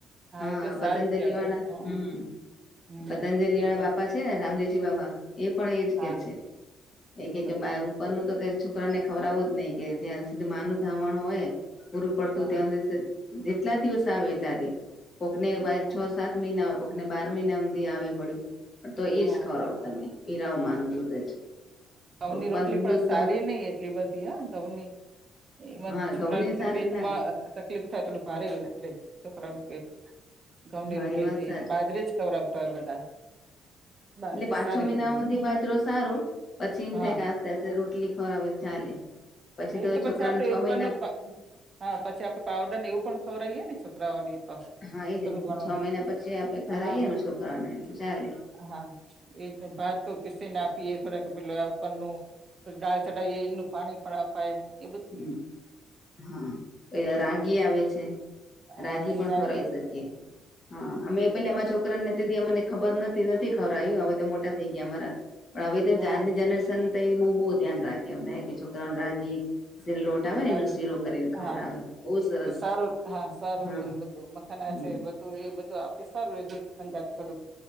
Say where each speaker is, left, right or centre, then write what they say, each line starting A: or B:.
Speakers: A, on the left; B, on the right.
A: હા
B: એ તો
A: પતંજલિ
B: સારું કેવાય
A: વાળા
B: હા
A: હમ્મ
B: હમ
A: પતંજલિ વાળા
B: બરોબર
A: બાપા છે ને રામદેવજી બાબા એ પણ એ જ
B: હા
A: કે છે એ કે
B: બરોબર
A: કે બા ઉપરનું તો કઈક છોકરા ને ખવરાવુંજ નહિ કે જ્યાં સુધી મા નનું ધાવણ હોય પૂરું પડતું
B: હા
A: ત્યાં દિવસે જેટલા દિવસ આવે એટલા દિ કોકને
B: હા
A: સાત મહિના હોય કોઈકને બાર મહિના સુધી આવે પડ્યું. પણ તો એજ
B: હા
A: ખવર
B: બરોબર
A: આવ તમે પીરાઓ માનું દૂધ જ
B: ઘઉની
A: ઉપરનું
B: રોટલી પણ
A: દૂધ
B: સારી
A: તો
B: નહિ એટલી બધી હ ઘઉની ઈ મ
A: હા
B: છોકરા
A: ઘઉંની
B: થોડ
A: સારી
B: પેટમાં
A: ના
B: તકલીફ થાય થોડું ભારે રે છોકરાનું પેટ ઘઉં ની
A: હા
B: રોટલીથી
A: એ વાત સાચી
B: બાજરે જ. ખાવરાવતા હોય બધા. બાજરી
A: એટલે પાંચ
B: સારી
A: છ મહિના
B: રહે
A: સુધી બાજરો સારો. પછી એમ
B: હા
A: થાય કે આસ્તે આસ્તે રોટલી ખવરાવે તો ચાલે પછી તો
B: એ
A: છોકરાને
B: આપડે
A: છ
B: ઉપરનો
A: મહિના.
B: હા પછી આપડ પાવડરને એવું પણ ખવરાઈએ ને છોકરાઓને
A: હા એજ
B: થોડું ઘણું
A: છ મહિના પછી આપડે ખરાઇ
B: હા
A: એ ને છોકરાને એટલે ચાલે.
B: હા એ ભાત તો પીસી ઈ નઆપીએ થોડાક પેલા ઉપરનું ડાલ ચઢાઈએ એનું પાણી પા પાાય
A: હમ્મ હા ક રાગી આવે છે. રાગી
B: હા
A: પણ
B: એ રાગે
A: ખવાઈ શકીએ હા અમે પેલા આમા છોકરાને મને ખબર નથી નથી ખવરાવ્યુંહવે તો મોટા થઈ ગયા અમારા પણ હવે
B: હા
A: આજની જનરેશન. ત બહુ બહુ ધ્યાન રાખી એાય કે છોકરાઓને રાગી લોટ આવે ને
B: લાગે
A: એનો શીરો કરીને ખવરાવે
B: હા
A: બહુ સરસ
B: એ સારું હા સારું
A: હા
B: ર બધું મખાના
A: હમ
B: છે બધ તો એ બધું આપડે સારું એ દૂધ <unintelligible> થોડુંક